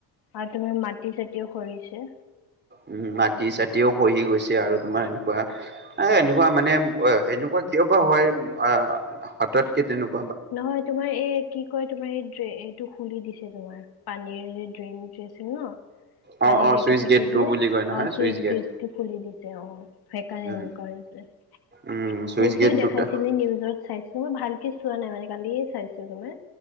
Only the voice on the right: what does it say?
উ মাটি চটিও খহি গৈছে, আৰু তোমাৰ এনেকুৱা এ এনেকুৱা মানে অ', সেনেকুৱা কিয় বা হয়। অহ হথাতকে তেনেকু
অ
অ চুইচ
গেট টু
বুলি
কয় নহয়
গেট
উম
উম চুইচ
গেট
দুটা